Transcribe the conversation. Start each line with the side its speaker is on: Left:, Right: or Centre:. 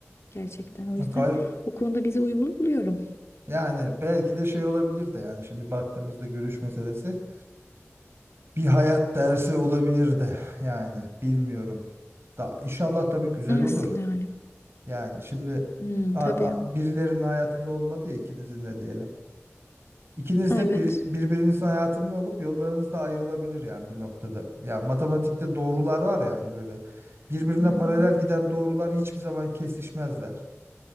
Left: Gerçekten. O yüzden
Right: Gar-
Left: o konuda bizi uyumlu buluyorum.
Right: Yani belki de şey olabilir de yani şimdi baktığımızda görüş meselesi bir hayat dersi olabilir de yani bilmiyorum. Da inşallah tabii güzel
Left: Nasıl
Right: olur.
Left: yani?
Right: Yani şimdi
Left: Hmm,
Right: a-
Left: tabii.
Right: a- birilerinin hayatında olmadı ya ikinizin de diyelim. İkiniz
Left: Evet.
Right: de bir, birbirinizin hayatında olup yollarınız da ayrılabilir yani bir noktada. Ya matematikte doğrular var yani böyle birbirine
Left: Hı
Right: paralel
Left: hı,
Right: giden doğrular hiçbir zaman kesişmezler.